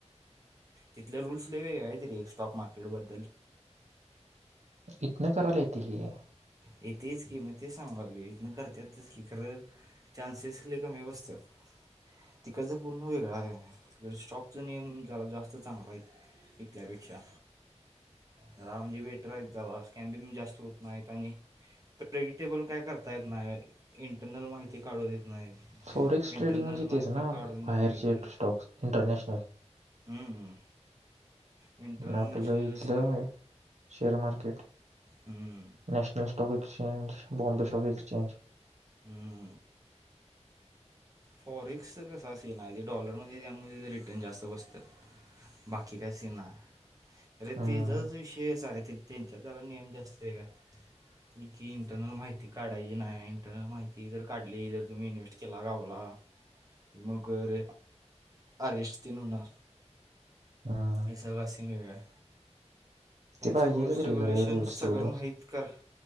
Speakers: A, on the right (about 30°); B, on the right (about 70°).
A: तिथले रूल्स लय वेगळे आहेत रे स्टॉक मार्केटबद्दल
B: इतना करा लेती ये
A: येतंयच कि म ते सांगालोय करतातच की खरं चान्सेस लय कमी बस्त्यात तिकडच पूर्ण वेगळय तिकडे स्टॉकचा नियम जरा जास्त चांगल हायत इथल्यापेक्षा जरा म्हणजे वेटर <unintelligible> स्कॅन बी जास्त होत नाहीत आणि प्रेडिटेबल काय करता येत नाही इंटरनल माहिती काढू देत नाहीत.
B: फोरेक्स
A: इंटरनल
B: ट्रेडिंग म्हणजे
A: माहिती
B: तेच ना
A: काढून दिली
B: बाहेरचे
A: तर
B: स्टॉक्स इंटरनॅशनल.
A: हम्म इंटरनॅशनलच
B: आणि आपलं इथलं
A: की
B: शेअर मार्केट
A: हम्म,
B: national stock exchange Bombay stock exchange
A: हम्म फॉरेक्स कसा आहे सीन आहे ते डॉलरमध्ये त्यामध्ये रिटर्न जास्त बसतात बाकी का सीना ती
B: हम्म,
A: जराच विषय असा आहे त्यांच्यात त्याला नियम जास्त वेगात की इंटरनल माहिती काढायची नाही इंटरनल माहिती जर काढली जर तुम्ही इन्व्हेस्ट केला गावला मग कर अरेस् तिनणार
B: हम्म.
A: हे सगळा सीन वेगळा आहे त्यांचं
B: ते पाहिजे
A: रूल्स
B: तरी
A: रेग्युलेशन्स
B: खरं रूल्स
A: सगळं
B: तेवढे
A: माहीत क